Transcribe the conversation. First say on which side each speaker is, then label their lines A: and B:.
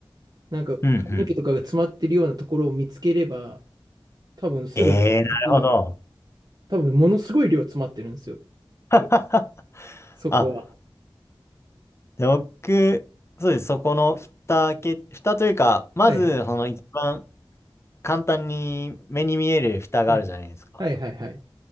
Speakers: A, on the right (about 45°); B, on the left (about 30°).
A: なんか髪の毛とかが詰まってるようなところを見つければ、
B: うんうん。
A: 多分すぐ取るし、
B: ええなるほど。
A: 多分ものすごい量詰まってるんですよ、
B: <laughs>
A: そこは。
B: あ、で、僕、そうです。そこの蓋開け、蓋というか、まず、
A: はいはい。
B: その一番簡単に目に見える蓋があるじゃないですか。
A: はい。はいはいはい。